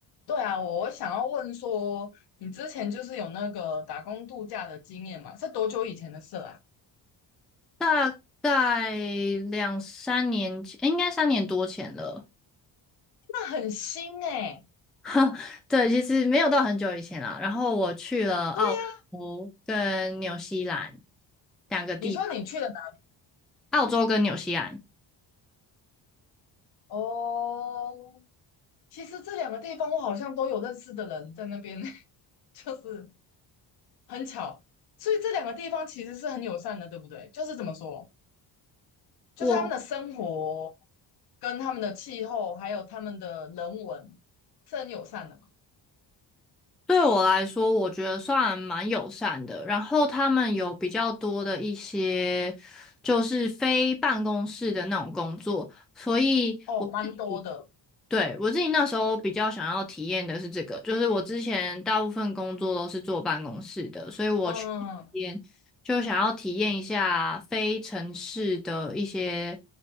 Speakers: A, on the left; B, in the centre.
A: 对啊，我想要问说，你之前就是有那个打工度假的经验嘛？是多久以前的事啦？
B: 大概两三年前，应该三年多前了。
A: 那很新哎、
B: <laughs> 哈，对，其实没有到很久以前啦。然后我去了澳洲跟纽西兰
A: 对呀、
B: 两个地方，
A: 你说你去了哪？
B: 澳洲跟纽西兰。
A: 哦，其实这两个地方我好像都有认识的人在那边，<laughs> 就是很巧。所以这两个地方其实是很友善的，对不对？就是怎么说，就是他们的生活
B: 我
A: 跟他们的气候，还有他们的人文是很友善的嘛。
B: 对我来说，我觉得算蛮友善的。然后他们有比较多的一些就是非办公室的那种工作，所以我自己。
A: 哦，蛮多的。
B: 对，我自己那时候比较想要体验的是这个，就是我之前大部分工作都是坐办公室的，所以我去那边就想要体验一下非城市的一些
A: 嗯